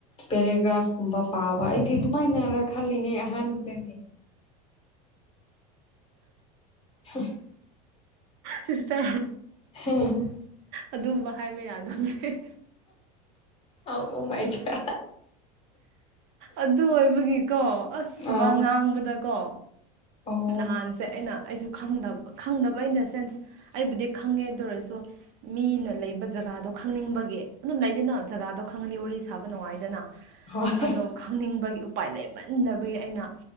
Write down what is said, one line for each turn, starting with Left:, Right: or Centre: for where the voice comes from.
Left: ꯄꯦꯔꯥꯒ꯭ꯔꯥꯐ ꯀꯨꯝꯕ ꯄꯥꯕ ꯑꯩꯗꯤ ꯑꯗꯨꯃꯥꯏꯅꯔ ꯈꯜꯂꯤꯅꯦ ꯑꯍꯥꯟꯕꯗꯗꯤ ꯍ
Right: ꯁꯤꯁ ꯇ
Left: ꯍꯝ
Right: ꯑꯗꯨꯝꯕ ꯍꯥꯏꯕ ꯌꯥꯗꯕꯅꯦꯦ
Left: ꯑꯥꯎ ꯃꯥꯏ ꯀ
Right: ꯑꯗꯨ ꯑꯣꯏꯕꯒꯤꯀꯣ ꯑꯁ
Left: ꯑꯥ
Right: ꯋꯥ ꯉꯥꯡꯕꯗꯀꯣ
Left: ꯑꯣ
Right: ꯅꯍꯥꯟꯁꯦ ꯑꯩꯅ ꯑꯩꯁꯨ ꯈꯪꯗꯕ ꯈꯪꯗꯕ ꯏꯟ ꯗ ꯁꯦꯟꯁ ꯑꯩꯕꯨꯗꯤ ꯈꯪꯉꯦ ꯑꯗꯨ ꯑꯣꯏꯔꯁꯨ ꯃꯤꯅ ꯂꯩꯕ ꯖ ꯖꯒꯥꯗꯣ ꯈꯪꯅꯤꯡꯕꯒꯤ ꯑꯗꯨꯝ ꯂꯩꯅꯤꯅ ꯖꯒꯥꯗꯣ ꯈꯪꯉꯗꯤ ꯋꯥꯔꯤ ꯁꯥꯕ ꯅꯨꯡꯉꯥꯏꯗꯅ
Left: ꯍꯣꯏ
Right: ꯑꯗꯣ ꯈꯪꯅꯤꯡꯕꯒꯤ ꯎꯄꯥꯏ ꯂꯩꯃꯟꯕꯒꯤ ꯑꯩꯅ